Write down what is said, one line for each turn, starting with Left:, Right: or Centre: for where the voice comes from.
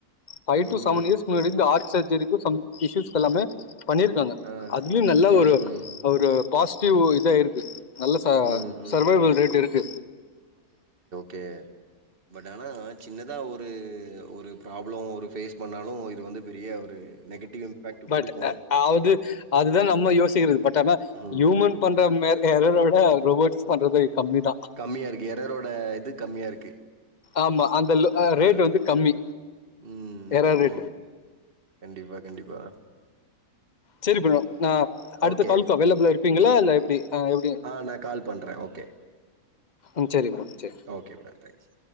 Left: பைவ்
Right: ம்.
Left: டு செவன் இயர்ஸ் முன்னாடி ஹார்ட் சர்ஜரிக்கு சம் இஸ்யூஸ் எல்லாமே பண்ணிருக்காங்க
Right: ஆ.
Left: அதுலயும் நல்ல
Right: ம்,
Left: ஒரு
Right: ம்.
Left: ஒரு பாசிட்டிவ் இதா இருக்கு நல்ல ச
Right: ம், ம்.
Left: சர்வைவல் ரேட் இருக்கு
Right: கே பட் ஆனா சின்னதா ஒரு ஒரு ப்ராப்ளம் ஒரு பேஸ் பண்ணாலு இது வந்து பெரிய ஒரு நெகட்டிவ் இம்பேக்ட்
Left: பட்
Right: குடுக்கும்.
Left: அது அதுதான் நம்ம யோசிக்கிறது பட் ஆனா
Right: ம்.
Left: ஹியூமன் பண்ற எறனோட ரோபோட்ஸ் பண்றது கம்மி தான்
Right: கம்மியா இருக்கு எரரோட இது கம்மியா இருக்கு
Left: ஆமா அந்த ரேட்
Right: அ.
Left: வந்து கம்மி
Right: ம்,
Left: எரரு
Right: ம். கண்டிப்பா கண்டிப்பா
Left: சரி ப்ரோ ஆ அடுத்த
Right: ஓகே.
Left: காலுக்கு அவைலபிளா இருப்பீங்களா இல்ல எப்டி ஆ எப்டி
Right: ஆ நான் கால் பண்றேன். ஓகே.
Left: ம் சரி ப்ரோ சரி
Right: ஓகே மேம் தேங்க்ஸ்